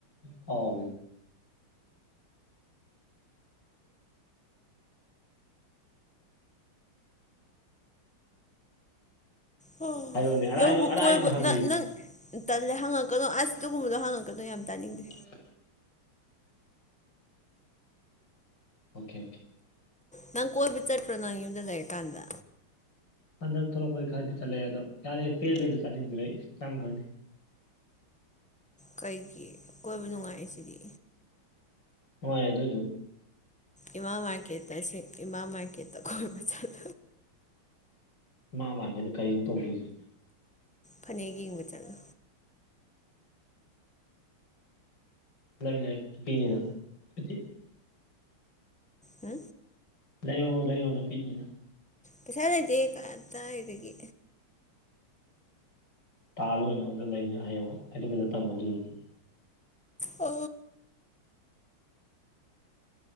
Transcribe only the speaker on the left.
ꯀꯥꯎ
ꯍꯥꯏꯔꯣꯅꯦ ꯑꯔꯥꯏꯕ
ꯑꯔꯥꯏꯕ
ꯑꯃ ꯍꯪꯕꯤꯌꯨ
<inaudible> ꯑꯣꯀꯦ ꯑꯣꯀꯦ
ꯍꯟꯗꯛ ꯊꯣꯛꯂꯛꯄꯒꯤ ꯈꯔꯗꯤ ꯆꯠꯂꯛꯦ ꯑꯣ ꯌꯥꯔꯦ ꯄꯦꯟꯦꯜꯂꯦꯗ ꯆꯠꯅꯤꯡꯗ꯭ꯔꯦ ꯆꯪꯈ꯭ꯔꯅꯤ
ꯍꯣꯏ ꯑꯗꯨꯏꯗꯨ
ꯏꯃꯥ ꯃꯥꯔꯀꯦꯠꯇ ꯀꯔꯤꯅ‌ꯣ ꯇꯧꯗꯣꯏꯁꯦ
ꯂꯩꯕꯤ ꯂꯩꯕꯤꯅꯤꯅ <unintelligible>
ꯂꯩꯌꯣ ꯂꯩꯌꯣ ꯅꯨꯄꯤꯅꯤꯅ
ꯇꯥꯂꯨ ꯀꯩꯅꯣ ꯑꯗ ꯂꯩꯅꯤ ꯍꯌꯦꯡꯏ ꯋꯥꯏ ꯐꯖ ꯇꯝꯃꯣ ꯑꯗꯨꯗꯧꯗꯤ